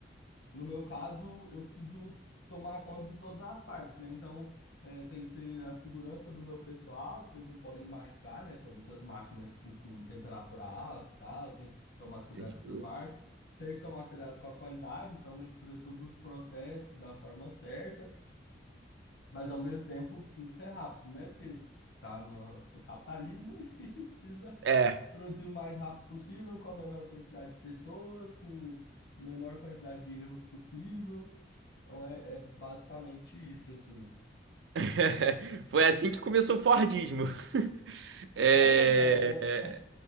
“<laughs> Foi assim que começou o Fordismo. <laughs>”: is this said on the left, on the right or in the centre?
Right